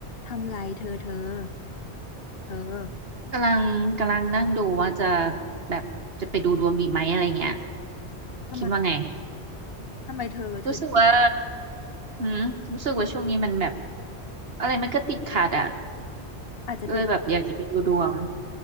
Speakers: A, on the left; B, on the right.
A: ทำไรเธอเธอเธอ
B: กำลังกำลังนั่งดูว่าจะแบบจะไปดูดวงดีไหมอะไรเงี้ย
A: ทำไม
B: คิดว่าไง
A: ทำไมเธอเธอ
B: รู้สึกว่าหืมรู้สึกว่าช่วงนี้มันแบบอะไรมันก็ติดขัดอ่ะ
A: อาจจะเป็น
B: ก็เลยแบบอยากจะไปดูดวง